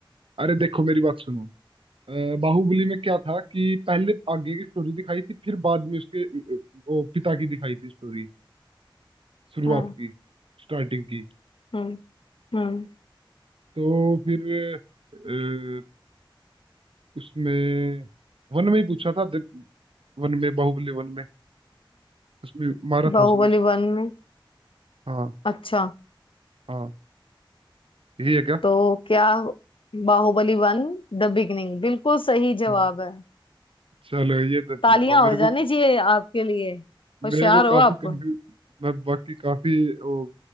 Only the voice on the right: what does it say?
अरे देखो मेरी बात सुनो अ, बाहुबली में क्या था कि पहले आगे की स्टोरी दिखाई थी फिर बाद में उसके अ, अ, वो पिता की दिखाई थी स्टोरी शुरुआत
की स्टार्टिंग की
तो फिर अ, उसमें वन में ही पूछा था दे- वन में बाहुबली वन में उसमें मारा
था उसने
हाँ
हाँ यही है क्या
हाँ
चलो ये तो ठीक
हुआ मेरे
को
मेरे
को
काफी
कंफ्यूज मैं बाकी काफी वो